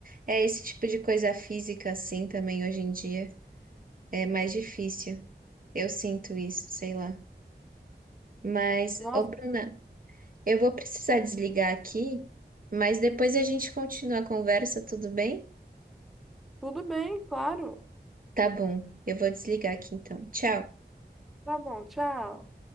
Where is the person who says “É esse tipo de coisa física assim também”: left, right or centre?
Right